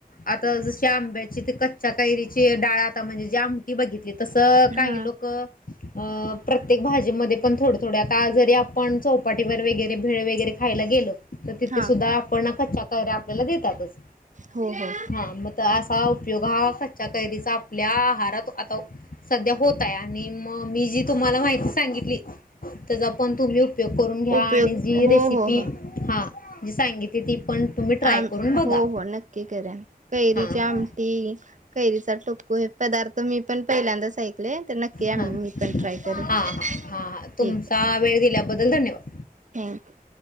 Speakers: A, on the left; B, on the right.
A: आता जशी आंब्याची ते कच्च्या कैरीची डाळ आता म्हणजे जी आमटी बघितली तसं काही
B: हा
A: लोकं अं प्रत्येक भाजीमध्ये पण थोडे-थोडे, आता जरी आपण चौपाटीवर वेगेरे भेळ वेगेरे खायला गेलो तर तिथे
B: हा
A: सुद्धा आपण कच्च्या कैरी्या आपल्याला देतातच.
B: हो हो
A: हा, मग असा उपयोग हा कच्च्या कैरीचा आपल्या आहार उन्हात आता सध्या होत हाय आणि मग मी जी तुम्हाला माहिती सांगितली त्याचापण तुम्ही उपयोग करून घ्या
B: उपयोग
A: आणि जी
B: हो
A: रेसिपी
B: हो हो
A: हा जी सांगिती ती पण तुम्ही ट्राय
B: आम
A: करून बघा
B: हो हो नक्की करेन. कैरीची
A: हां हां
B: आमटी, कैरीचा टोपको हे पदार्थ मीपण पहिल्यांद दाच ऐकलंय, तर नक्की
A: हां
B: आम्ही मीपण ट्राय करेन.
A: हां
B: ठीक
A: हां हां हां तुमचा
B: आहे,
A: वेळ दिल्याबद्दल धन्यवाद
B: थँक्यू.